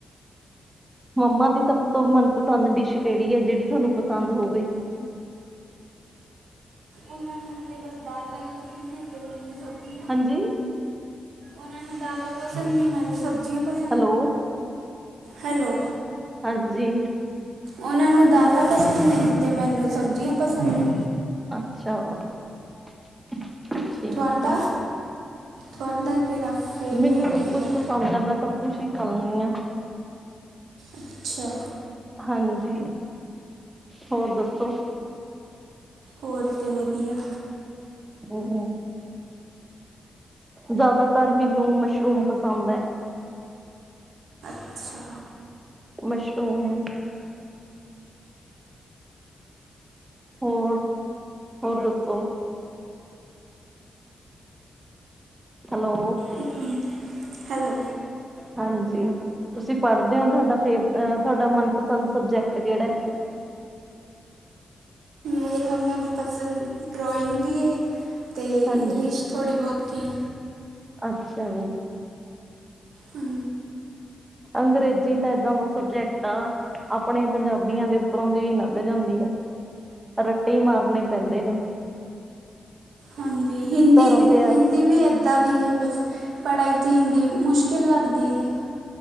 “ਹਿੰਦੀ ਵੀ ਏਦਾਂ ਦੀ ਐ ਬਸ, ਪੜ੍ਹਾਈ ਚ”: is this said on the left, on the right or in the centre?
Right